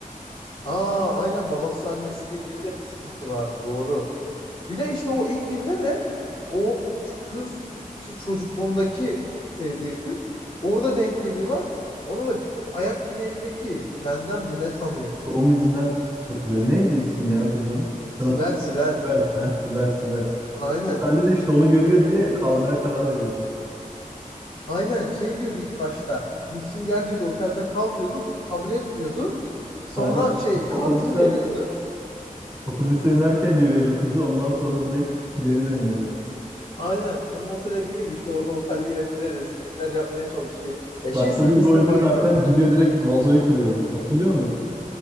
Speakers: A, on the left; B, on the right.
A: Aa aynen babası annesiyle ilgili de bir sıkıntı vardı doğru. Bir de işte o ilk filmde de o ç- kız işte çocukluğundaki sevdiği kız orada denk geliyorlar. Ona da ayak bileğindeki benden mi ne tanıyor?
B: Doğum izinden hatırlıyorum. Neydi ismi ya kızın? Sen
A: Sibel
B: hatırlıyor musun?
A: Sibel.
B: Sibel. Ha, Sibel, Sibel.
A: Aynen.
B: Otelde de işte onu görüyor diye kalmaya karar veriyordu.
A: Aynen şey diyordu ilk başta. Muhsin gel diyordu otelde kal diyordu. Bu kabul etmiyordu. Sonra
B: Aynen.
A: şey kartını
B: Otobüsler,
A: veriyordu.
B: otobüse inerken görüyordu kızı. Ondan sonra direkt geri dönüyordu.
A: Aynen. Sonra otele giriyordu. İşte orada otelliyle de rezillikler yapmaya çalışıyor. Ya şey
B: Dakika
A: sahnesine
B: bir gol bir
A: bayılıyorum.
B: zaten giriyor direkt vazoyu kırıyordu. Hatırlıyor musun?